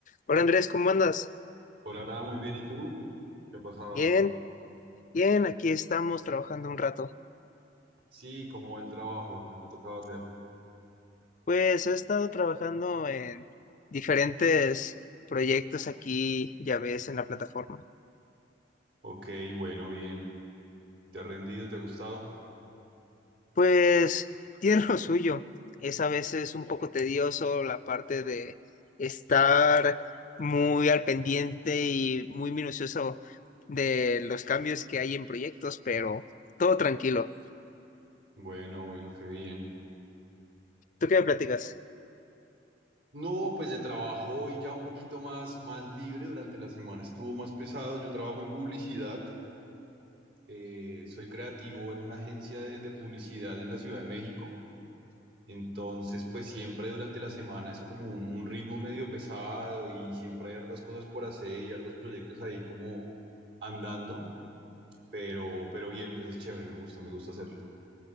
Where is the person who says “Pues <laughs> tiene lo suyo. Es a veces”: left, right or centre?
Left